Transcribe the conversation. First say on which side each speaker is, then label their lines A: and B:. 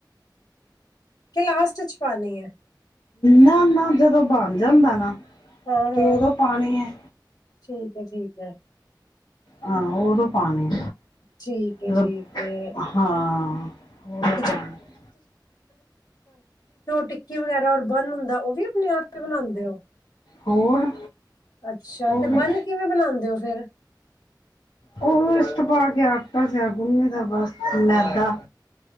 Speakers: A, on the left; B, on the left.
A: ਕਿ ਲਾਸਟ ਚ ਪਾਣੀ ਹੈ
B: ਨਾ, ਨਾ ਜਦੋ ਬੰਨ ਜਾਂਦੈ ਨਾ।
A: ਹਾਂ
B: ਤੇ
A: ਹਾਂ
B: ਓਦੋ ਪਾਨੀ ਏ।
A: ਠੀਕ ਏ, ਠੀਕ ਏ।
B: ਹਾਂ, ਓਦੋ ਪਾਨੀ
A: ਠੀਕ ਹੈ
B: ਜਦੋ
A: ਠੀਕ ਹੈ
B: ਹਾਂ।
A: <inaudible>
B: ਉਦੋਂ ਪਾਣੀ
A: <inaudible> ਜੋ ਟਿੱਕੀ ਵਗੈਰਾ ਔਰ ਬੰਨ ਹੁੰਦੈ ਓ ਵੀ ਅਪਨੇ ਆਪ ਈ ਬਨਾਂਦੇ ਓ?
B: ਹੋਰ
A: ਅੱਛਾ
B: ਉਹ
A: ਤੇ
B: ਵੀ
A: ਬਨ ਕਿਵੇਂ ਬਣਾਉਂਦੇ ਹੋ ਫੇਰ।
B: ਉਹ ਇਸਟ ਪਾ ਗਿਆ ਆਟਾ ਜਹਾ ਗੁੰਨੇ ਦਾ ਬਸ ਮੈਦਾ।